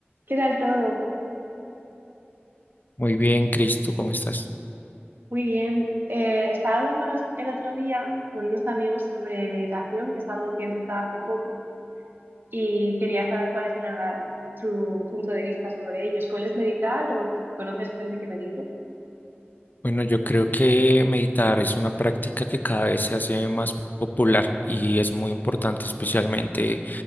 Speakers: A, on the right; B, on the left.
A: ¿Qué tal todo?
B: Muy bien, Cristo, ¿cómo estás?
A: Muy bien. Eh, estaba hablando los- el otro día con unos amigos sobre meditación, que es algo que he empezado hace poco, y quería saber cuáles eran la- tu punto de vista sobre ello. ¿Sueles meditar o conoces gente que medite?
B: Bueno, yo creo que meditar es una práctica que cada vez se hace más popular y es muy importante, especialmente